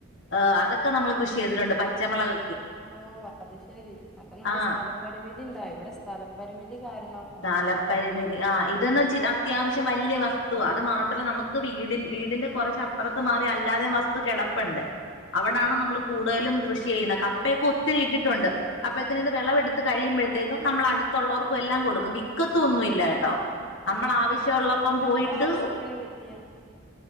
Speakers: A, on the left; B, in the centre.
A: ആ അതൊക്ക നമ്മൾ കൃഷി ചെയ്തിട്ടുണ്ട് പച്ചമളക്
B: ഓ അത് ശെരി അപ്പൊ നല്ല
A: ആഹ്
B: സ്ഥലപരിമിതി ഇണ്ടായോ ഇവിടെ സ്ഥലപരിമിതി കാരണം ഒന്നും
A: തലപരിമിതി
B: ഉണ്ടാക്കാൻ
A: ആ ഇതൊന്ന് ച്ചത് അത്യാവിശ്യം വലൃയ വസ്തുവ അത് മാത്രം നമുക്ക് വീടി വീടിന്റെ കുറച്ച് അപ്പുറത്ത് മാറി അല്ലാതെ വസ് തു കിടപ്പുണ്ട് അവിടാണ്
B: ഓ
A: നമ്മൾ കൂടുതലും കൃഷി ചെയ്യുന്നത് കപ്പയൊക്കെ ഒത്തിരിട്ടിട്ടുണ്ട് അപ്പോത്തിന് ഇത് വിളവെടുത്ത് കഴിയുമ്പോഴത്തേക്കും നമ്മൾ അടുത്തുള്ളവർക്കും എല്ലാം കൊടുക്കും വിക്കത്തൊന്നും ഇല്ലാ ട്ടോ
B: ആ
A: നമ്മള ആവശ്യംള്ളപ്പം
B: നമ്മള
A: പോയിട്ട്
B: ആവശ്യത്തിന് കിട്ടിയാ